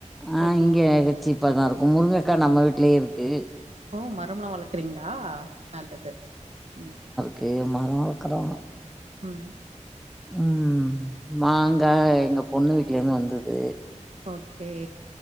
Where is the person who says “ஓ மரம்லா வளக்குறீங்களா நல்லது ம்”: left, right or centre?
Right